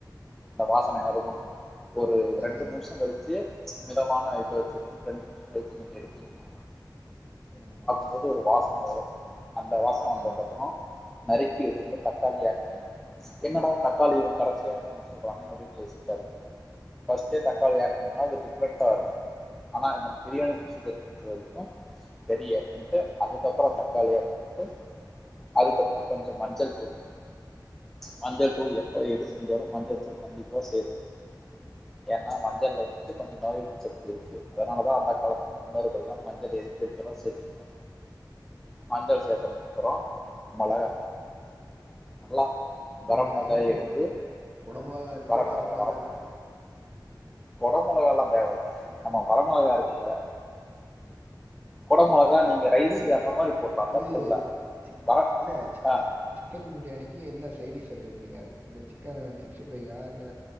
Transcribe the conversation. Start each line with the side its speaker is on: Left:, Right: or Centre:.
Centre: அந்த வாசன நறுபணு
Right: ம்,
Centre: ஒரு
Right: ம்,
Centre: ரெண்டு நிமிசோ கழிச்சு கொஞ்ச மிதமான இத வச்சிருந்து ரெண்டு நிமிஷ கலிச்சி நீங்க எடுத்தீங்கன்னா
Right: ம்
Centre: போது ஒரு வாசனை வரு அந்த வாசனை வந்ததுக்கப்பறோ
Right: ம்.
Centre: நறுக்கி வச்சிறுந்து தக்காளிய ஆட் பண்ணணு என்னடா தக்காளி இவ கடைசியா ஆட் பண்ண சொல்றானே அப்டின்னு யோசிக்காதீங்க ஃபஸ்ட்டே தக்காளிய ஆட் பன்னோனா அது டிஃப்ரண்டா இருக்கோ ஆனா இந்த பிரியாணி விஷயத்த பொறுத்த வரைக்கு பெரிய துண்ட்டு அதுக்கப்பறோ தக்காளிய துன்ட்டு அதுக்கப்பறோ கொஞ்ச மஞ்சள் தூள் மஞ்சள் தூள் எப்ப எது செஞ்சாலு மஞ்சள் தூள் கண்டிப்பா சேத்துக்கனு ஏன்னா மஞ்சள்ள வந்துட்டு கொஞ்ச நோயெதிர்ப்பு சக்தி இருக்கு அதனாலதா அந்த காலத்து முன்னோர்கள் தா மஞ்சள்ளு கொஞ்சமா சேத்திக்கினோ மஞ்சள் சேத்ததுக்கப்பறோ மொளகா நல்லா வரமிளகாய
Right: என்ன என்ன மொளகா
Centre: எடுத்து
Right: கொட மொளகா இருக்கு
Centre: வரமிளகா
Right: வர மொளகா
Centre: வரமிளகா
Right: இருக்கு
Centre: கொட மொளகால்லா தேவல்ல நம்ம வர மொளகா இருக்குல்ல கொடமொளகா நீங்க ரைஸ்சு
Right: இது
Centre: அந்த மாரி போடலா
Right: இது
Centre: தப்புல்ல
Right: சிக்
Centre: வரோ
Right: இல்ல சிக்
Centre: ஆ
Right: சிக்கன் பிரியாணிக்கு என்ன சைடிஸ் எடுத்துப்பீங்க இந்த சிக்கன் சிக்ஸ்டி ஃபைய்யா இல்ல